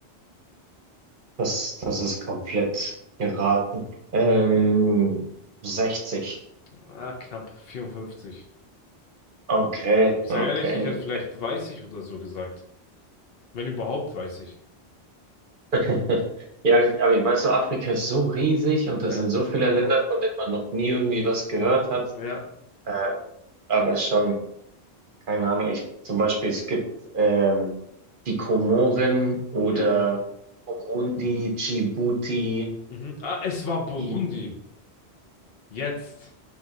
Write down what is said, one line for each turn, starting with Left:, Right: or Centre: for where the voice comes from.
Right: Das, das ist komplett geraten. Ähm, 60.
Left: Ah, knapp 54.
Right: Okay,
Left: Ich sage
Right: okay,
Left: ehrlich, ich
Right: nicht.
Left: hätte vielleicht 30 oder so gesagt. Wenn überhaupt 30.
Right: <laughs> Ja, ich- aber ich weiß so, Afrika ist so riesig und da
Left: Ja,
Right: sind so viele Länder, von denen man noch nie irgendwie was gehört hat.
Left: ja.
Right: Äh, aber schon, keine Ahnung. Ich, zum Beispiel, es gibt ähm, die Komoren oder
Left: Yeah.
Right: Burundi, Djibouti.
Left: Mhm. Ah, es war Burundi.
Right: Die-
Left: Jetzt.